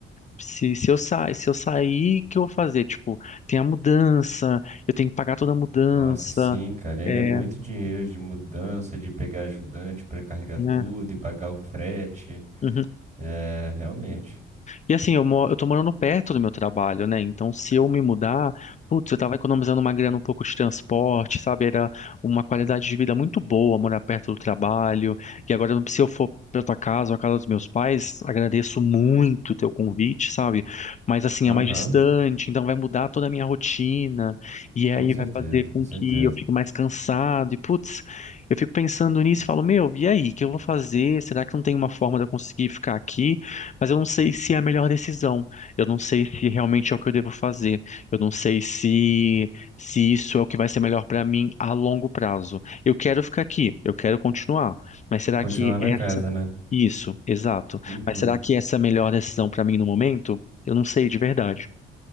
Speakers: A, on the left; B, on the right.
A: se, se eu sair, se eu sair, o que eu vou fazer? Tipo, tem a mudança, eu tenho que pagar toda a mudança.
B: Nossa, sim, cara. E
A: É,
B: ainda é muito dinheiro de mudança, de pegar ajudante pra carregar
A: né?
B: tudo e pagar o frete.
A: Uhum.
B: É, realmente.
A: E assim, eu, mo- eu tô morando perto do meu trabalho, né? Então, se eu me mudar, putz, eu tava economizando uma grana um pouco de transporte, sabe? Era uma qualidade de vida muito boa morar perto do trabalho. E agora, se eu for pra tua casa ou a casa dos meus pais, agradeço muito o teu convite, sabe? Mas assim,
B: Aham,
A: é mais distante, então vai mudar toda a minha rotina. E
B: com
A: aí
B: certeza,
A: vai fazer
B: com
A: com
B: certeza.
A: que eu fique mais cansado. E putz, eu fico pensando nisso e falo, meu, e aí, o que eu vou fazer? Será que não tem uma forma de eu conseguir ficar aqui? Mas eu não sei se é a melhor decisão. Eu não sei se realmente é o que eu devo fazer. Eu não sei se se isso é o que vai ser melhor para mim a longo prazo. Eu quero ficar aqui, eu quero continuar, mas será
B: Continuar
A: que
B: na
A: essa
B: casa, né?
A: Isso, exato.
B: Uhum.
A: Mas será que essa é a melhor decisão para mim no momento? Eu não sei de verdade.